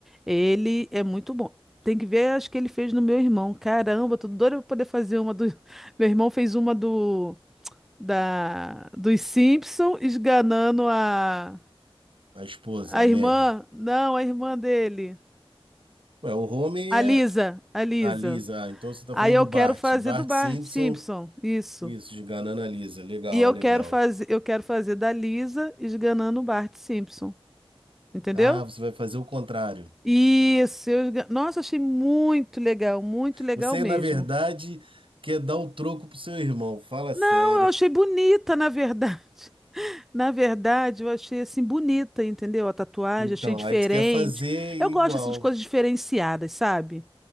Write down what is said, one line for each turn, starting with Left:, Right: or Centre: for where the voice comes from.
Centre: Ele é muito bom. Tem que ver, acho que ele fez no meu irmão. Caramba, tô doida pra poder fazer uma do. <laughs> Meu irmão fez uma do da dos Simpson esganando a
Right: a esposa,
Centre: a
Right: a
Centre: irmã,
Right: Maggie.
Centre: não, a irmã dele,
Right: Ué, o Homem
Centre: a
Right: é
Centre: Lisa, a Lisa.
Right: a Lisa, ah, então você tá
Centre: Aí
Right: falando
Centre: eu
Right: do
Centre: quero
Right: Bart.
Centre: fazer
Right: Bart
Centre: do Bart
Right: Simpson,
Centre: Simpson, isso.
Right: isso, de Ganana Lisa. Legal,
Centre: E eu
Right: legal.
Centre: quero fazer, eu quero fazer da Lisa esganando o Bart Simpson, entendeu?
Right: Ah, você vai fazer o contrário.
Centre: Isso, eu... ga- nossa, achei muito legal, muito legal
Right: Você,
Centre: mesmo.
Right: na verdade, quer dar o troco pro seu irmão, fala sério.
Centre: Não, eu achei bonita, na verdade. <laughs> Na verdade, eu achei assim bonita, entendeu? A tatuagem,
Right: Então,
Centre: achei diferente.
Right: aí tu quer fazer igual.
Centre: Eu gosto assim de coisas diferenciadas, sabe?